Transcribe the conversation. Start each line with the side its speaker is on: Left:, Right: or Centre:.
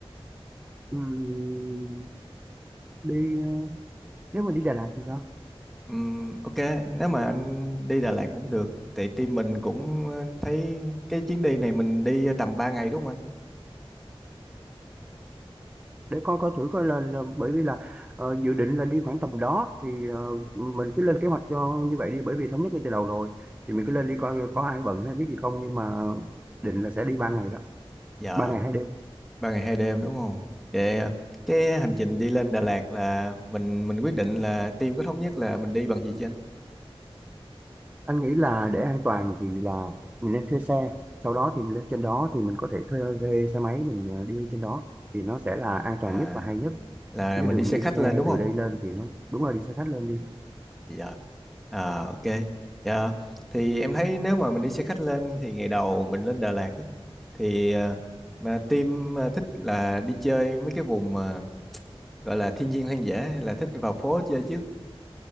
Right: Ừm, đi ờ, nếu mà đi Đà Lạt thì sao?
Centre: Ừm, ok, nếu mà anh đi Đà Lạt cũng được. Tại team mình cũng ờ, thấy cái chuyến đi này mình đi tầm 3 ngày đúng không anh?
Right: để coi coi thử coi là, là bởi vì là ờ, dự định là đi khoảng tầm đó thì ờ, mình cứ lên kế hoạch cho như vậy đi bởi vì thống nhất ngay từ đầu rồi thì mình cứ lên đi coi có ai bận hay biết gì không nhưng mà định là sẽ đi ba ngày đó
Centre: Dạ,
Right: ba ngày hai đêm
Centre: Ba ngày 2 đêm đúng không? Vậy ờ, cái hành trình đi lên Đà Lạt là mình mình quyết định là team có thống nhất là mình đi bằng gì chưa anh?
Right: anh nghĩ là để an toàn thì là mình nên thuê xe sau đó thì mình lên trên đó thì mình có thể thuê, thuê xe máy mình ờ, đi trên đó thì nó sẽ là an toàn
Centre: À,
Right: nhất và hay nhất
Centre: là
Right: chứ
Centre: mình
Right: đừng
Centre: đi xe
Right: đi
Centre: khách
Right: xe
Centre: lên đúng
Right: từ
Centre: không?
Right: đây lên thì nó đúng là đi xe khách lên đi
Centre: Dạ. À, ok. Dạ. Thì em thấy nếu mà mình đi xe khách lên thì ngày đầu mình lên Đà Lạt á, thì à, mà team à, thích là đi chơi mấy cái vùng mà gọi là thiên nhiên hoang dã hay là thích vào phố chơi trước.